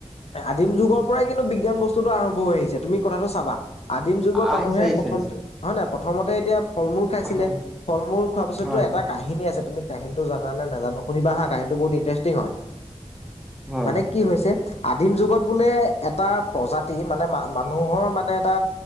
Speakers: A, on the left; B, in the centre.
A: আদিম যুগৰ পৰাই কিন্তু বিজ্ঞান বস্তুটো আৰম্ভ হৈ আহিছে তুমি কথাটো চাবা। আদিম যুগত মানুহে
B: আহিছে আহিছে
A: প্ৰথমতে
B: আহিছে
A: হয় নাই প্ৰথমতে এতিয়া ফল মূল খাইছিলে
B: হয়
A: ফল মূল খোৱাৰ পিছতটো
B: হয়
A: এটা কাহিনী আছে তুমি কাহিনটো জানে নাজানো শুনিবা হা কাহিনী বহুত ইন্তাৰেষ্টিং হয়
B: হয়
A: মানে কি হৈছে আদিমজুগত বোলে এট এটা প্ৰজাতি মানে মা মানুহৰ মানে এটা